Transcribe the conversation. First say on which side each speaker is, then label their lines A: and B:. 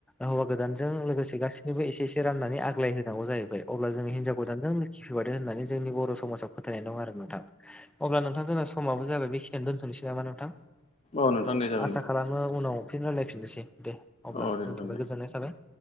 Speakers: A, in the centre; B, on the left.
A: हौवा गोदानजों लोगोसे गासिनोबो एसे एसे राननानै आग्लाय होनांगौ जाहैबाय अब्ला जों हिनजाव गोदानजों लोखि फैबादों होन्नानै जोंनि बर' समाजाव फोथायनाय दं आरो नोंथां अब्ला नोंथां जोंना समाबो जाबाय बेखिनियाव दोन्थ'नोसै नामा नोंथां?
B: औ नोंथां दे जागोन
A: आसा
B: दे
A: खालामो उनाव फिन रायलायफिननोसै दे अब्ला
B: औ दे
A: दोनथ'बाय
B: नोंथां दे
A: गोजोननाय थाबाय।